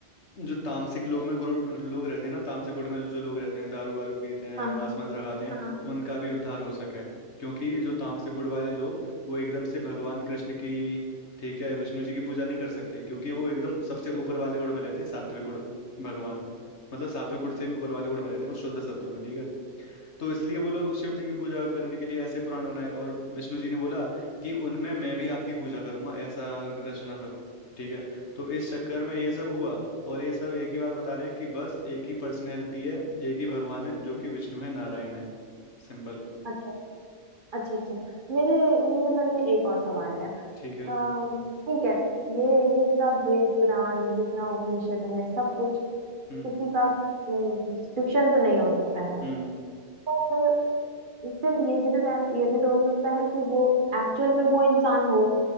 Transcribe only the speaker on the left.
जो तामसिक लोग में गुरु लोग रहते हैं ना तामसिक गुण में जो लोग रहते हैं दारू वारू पीते हैं
मांस मदिरा खाते हैं
उनका भी उद्धार हो सके क्योंकि जो तामसिक गुण वाले लोग वो एकदम से भगवान कृष्ण की ठीक है विष्णु जी की पूजा नहीं कर सकते क्योंकि वो एकदम सबसे ऊपर वाले गुण में रहते हैं सात्विक गुण में भगवान मतलब सात्विक गुण से भी ऊपर वाले गुण में रहते हैं वो शुद्ध सत्व में ठीक है तो इसलिए वो लोग शिव जी की पूजा करने के लिए ऐसे पुराण बनाए और विष्णु जी ने बोला कि उनमें मैं भी आपकी पूजा करूंगा ऐसा रचना करो ठीक है तो इस चक्कर में ये सब हुआ और ये सब एक ही बात बता रहे हैं कि बस एक ही पर्सनैलिटी है एक ही भगवान है जो कि विष्णु है नारायण है सिंपल
ठीक है
हम्म
हम्म